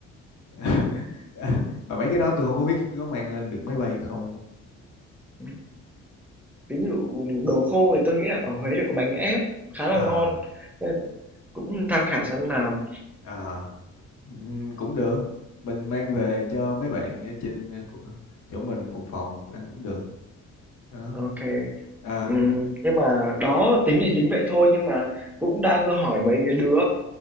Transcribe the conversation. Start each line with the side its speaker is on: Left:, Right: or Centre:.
Left: <laughs> mà mấy cái đó tôi không có biết có mang lên được máy bay không
Centre: ừm, ví dụ đồ khô thì tôi nghĩ là ở Huế thì có bánh ép khá
Left: à
Centre: là ngon, nên cũng tham khảo xem nào.
Left: à Ừ, cũng được mình mang về cho mấy bạn ở trên ờ, của- chỗ mình cùng phòng ăn cũng được đó
Centre: OK.
Left: à,
Centre: Ừm, nhưng mà đó tính thì tính vậy thôi nhưng mà cũng đang có hỏi mấy cái đứa